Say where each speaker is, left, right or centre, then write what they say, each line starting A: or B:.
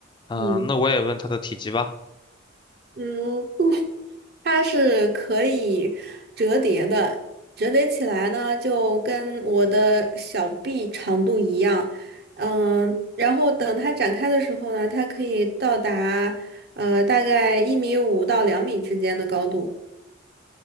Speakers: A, on the left; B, on the right.
A: 嗯、
B: 嗯。
A: 那我也问它的体积吧。
B: 嗯，不，它是可以折叠的，折叠起来呢就跟我的小臂长度一样，嗯，然后等它展开的时候呢，它可以到达呃大概一米五到两米之间的高度